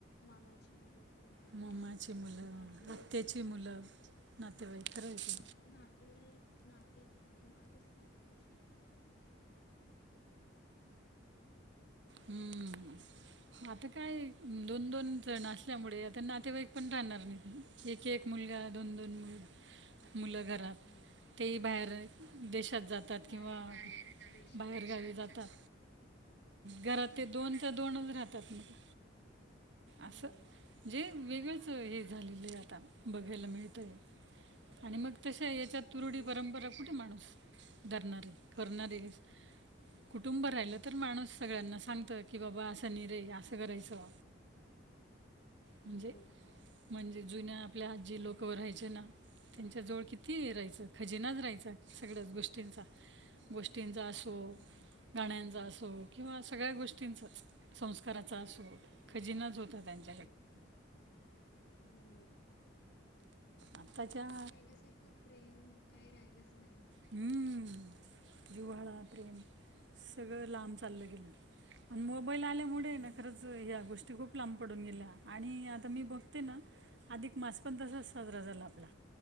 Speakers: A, on the left; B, on the right.
A: मामाची मुल कोण काकाची
B: मामाची
A: मुलं कोण नातेवाईक
B: आत्याची
A: कळायचे
B: मुलं नातेवाईक खरं आहे ते
A: आता नाते तेवाइक नाते ठेवतच नाहीत तसे
B: हम्म आता काय दोन दोन जण अस त्यामुळे आता नातेवाईक पण राहणार नाही एक एक मुलगा दोन दोन मुलग मुलं घरात
A: हो.
B: तेही बाहेर देशात जातात. जातात
A: बाहेर
B: किंवा
A: गावी देशात
B: बाहेरगावी जातात. घरात
A: हो ना
B: ते दोन तर दोनच राहतात मग.
A: हो
B: असं जे वेगळंच हे झालेलं आहे आता बघायला मिळतय.
A: हा
B: आणि मग तशा याच्यात तुरुडी
A: विदेशात
B: परंपरा कुठे माणूस धरणारे? करणारे
A: नाही
B: कुटुंब राहिलं
A: हो ना
B: तर माणूस सगळ्यांना सांगतं की बाबा असं नाही रे असं करायचं.
A: हो
B: म्हणजे म्हणजे जुन्या आपल्या आजी लोक व राहायचे ना त्यांच्या जवळ किती राहायचं खजिनाच राहायचा सगळ्याच गोष्टींचा.
A: हो
B: गोष्टींचा असो
A: मग
B: गाण्यांचा असो किंवा सगळ्या गोष्टींचा संस्काराचा असो खजिनाच होता त्यांचा
A: तेच ना हो.
B: आत्ताच्या
A: आता पहिल्यासारखं प्रेम काही राहिलंच नाही ना
B: हम्. जिव्हाळा प्रेम सगळं लांब चाललं गेलं आणि मोबाईल आ मूळे हे
A: हो
B: ना खरच ह गोष्टी खूप लांब पडून गेल्या आणि आता मी बघते ना आधिक मास् पण तसाच साजरा
A: हा
B: झाला आपला